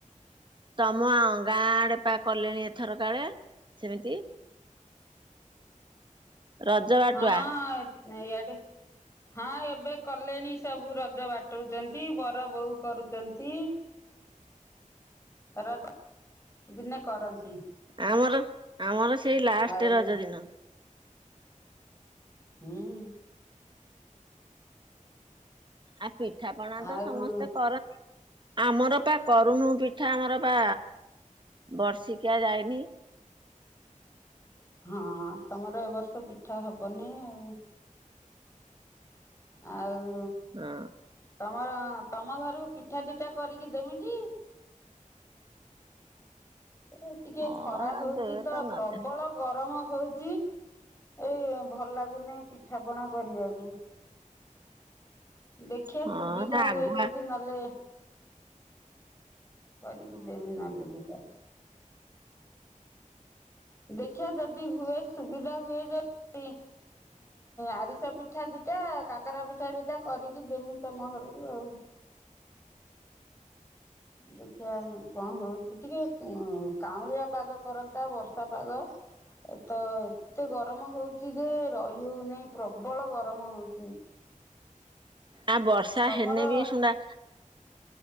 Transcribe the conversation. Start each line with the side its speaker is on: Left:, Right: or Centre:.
Right: ତମ ଆ ଗାଁ ଆଡେ ପା କଲେଣି ଏଥର କାଳେ ସେମିତି ରଜ ବାଟୁଆ
Left: ହଁ ଆ ନ ଏଡ ହଁ ଏବେ କଲେଣି ସବୁ ରଜ ବାଟଉଛନ୍ତି ବର ବୋଉ କରୁଛନ୍ତି ର ଦିନେ କରନ୍ତି
Right: ଆମର ଆମର ସେଇ ଲାଷ୍ଟ
Left: ଆଉ
Right: ରଜ ଦିନ
Left: ହଁ
Right: ଆଉ ପିଠାପଣା
Left: ଆଉ
Right: ତ ସମସ୍ତେ କରନ୍ତି ଆମର ପା କରୁଣୁ ପିଠା ଆମର ପା ବର୍ଷିକିଆ ଯାଇନି
Left: ହଁ ତମର ଏ ବର୍ଷ ପିଠା ହବନି ଆଉ ଆଉ
Right: ହଁ
Left: ତମର ତମ ଘରକୁ ପିଠା ଦିଠା କରିକି ଦେମି କି ଏ ଟିକେ
Right: ହଁ
Left: ଖରା
Right: ହେରା
Left: ହଉଛି
Right: ଦେ
Left: ତ
Right: ନଦେ
Left: ପ୍ରବଳ ଗରମ ହଉଛି ଏଇ ଭଲ ଲାଗୁନି ପିଠା ପଣା କରିବାକୁ ଦେଖିବା
Right: ହଁ
Left: ସୁବିଧା
Right: ଆଗୁଆ
Left: ହୁଏ ଯଦି ନହେଲେ କରିକି ଦେମି ନହେଲେ ଦିଇଟା ଦେଖିବା ଯଦି ହୁଏ ସୁବିଧା ହୁଏ ଏ ଆରିସ ପିଠା ଦିଟା କାକରା ପିଠା ଦିଟା କରିକି ଦେମି ତମ ଘରକୁ ଆଉ ଦେଖିବା କଣ ହଉଛି ଟିକେ କାଉଁଳିଆ ପାଗ କରନ୍ତା ବର୍ଷା ପାଗ ଏ ତ ଏତେ ଗରମ ହଉଛି ଯେ ରହି ହଉନହି ପ୍ରବଳ ଗରମ ହଉଛି
Right: ଆ ବର୍ଷା
Left: ତମର
Right: ହେନେ ବି ଶୁଣା